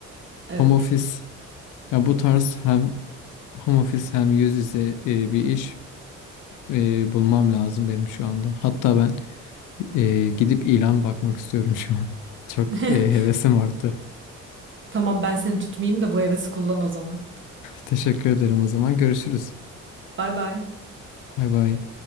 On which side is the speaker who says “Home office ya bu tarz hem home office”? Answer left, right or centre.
Left